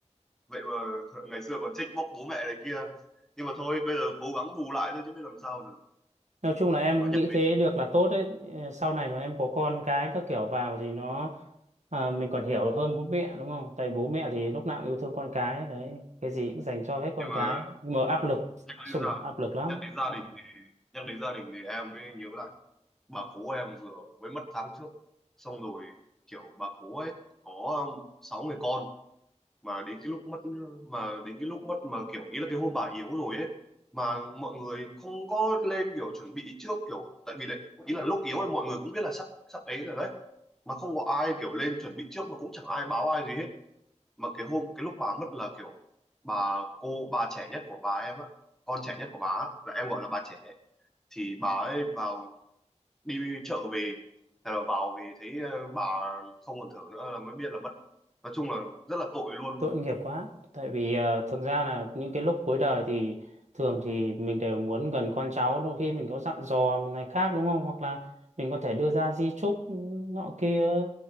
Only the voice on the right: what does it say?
nói chung là em
nghĩ thế được là tốt đấy Ờ, sau này mà em có con cái các kiểu vào thì nó à, mình còn hiểu hơn bố mẹ đúng không tại bố mẹ thì lúc nào cũng yêu thương con cái đấy cái gì cũng dành cho hết con
cái
mà áp lực
sùng
áp lực lắm
tội nghiệp quá tại vì ờ, thực ra là những cái lúc cuối đời thì thường thì mình đều muốn gần con cháu đôi khi mình có dặn dò này khác đúng không hoặc là mình có thể đưa ra di chúc nọ kia